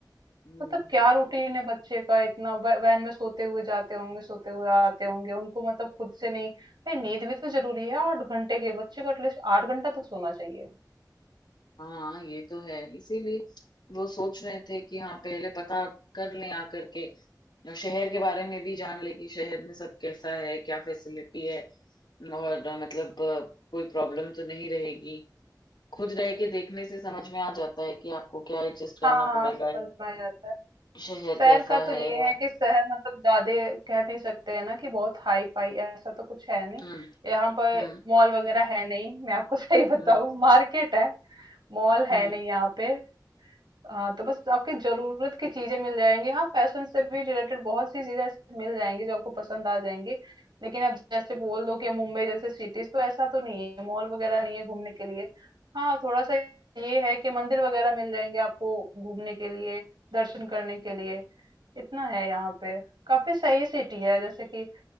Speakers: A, on the left; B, on the right.
A: हम्म
B: मतलब क्या रूटीन है बच्चे का इतना वै- वैन में सोते हुए जाते होंगे सोते हुए आते होंगे उनको मतलब खुद से नहीं भाई नींद भी तो जरूरी है आठ घंटे के बच्चे को एटलीस्ट आठ घंटा तो सोना चाहिए
A: हाँ ये तो है इसीलिए वो सोच रहे थे कि हाँ पहले पता कर लें आकर के और शहर के बारे में भी जान ले कि शहर में सब कैसा है क्या फैसिलिटी है और मतलब अ, कोई प्रॉब्लम तो नहीं रहेगी खुद रह के देखने से समझ में आ जाता है कि आपको क्या एडजस्ट करना
B: हाँ हाँ
A: पड़ेगा
B: समझ
A: या
B: में आ जाता है
A: शहर
B: शहर
A: कैसा
B: का तो
A: है
B: ये
A: या-
B: है कि शहर मतलब ज्यादा कह नहीं सकते हैं ना कि बहुत हाई फाई ऐसा तो कुछ है नहीं
A: हम्म
B: यहाँ पर
A: हम्म
B: मॉल वगैरह है नहीं मैं आपको <laughs> सही बताऊं
A: हम्म
B: मार्केट है मॉल
A: हम्म
B: है नहीं यहाँ पे हाँ तो बस आपकी जरूरत की चीजें मिल जाएंगी हाँ फैशन से भी रिलेटेड बहुत सी चीजें ऐसी मिल जाएंगी जो आपको पसंद आ जाएंगी लेकिन अब जैसे बोल दो कि मुंबई जैसे सिटीज तो ऐसा तो नहीं है मॉल वगैरह नहीं है घूमने के लिए हाँ थोड़ा सा ये है कि मंदिर वगैरह मिल जाएंगे आपको घूमने के लिए दर्शन करने के लिए इतना है यहाँ पे काफी सही सिटी है जैसे कि